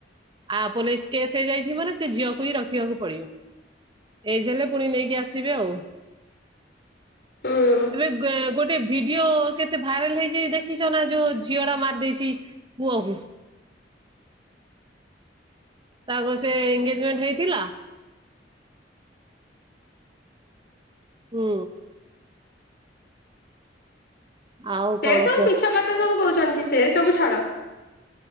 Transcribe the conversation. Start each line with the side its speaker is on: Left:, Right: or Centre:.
Right: ଆ ପୋଲିସ କେସ୍ ହେଇଯାଚି ମାନେ ସେ ଝିଅକୁ ହି ରଖିବାକୁ ପଡିବ ଏଜ ହେଲେ ପୁଣି ନେଇକି ଆସିବେ ଆଉ।
Left: ହୁଁ
Right: ଏବେ ଗୋଟେ ଭିଡିଓ କେତେ ଭାଇରାଲ ହେଇଯାଇ ଦେଖିଚ ନା ଯୋଉ ଝିଅ ଟା ମାର ଦେଇଛି ପୁଅକୁ। ତାଙ୍କ ସେ ଏଗେଜମେଣ୍ଟ ହେଇଥିଲା। ହୁଁ। ଆଉ
Left: ସେ
Right: କଣ
Left: ସବୁ
Right: କୁହ
Left: ମିଛ କଥା ସବୁ କହୁଛନ୍ତି ସେ ସବୁ ଛାଡ।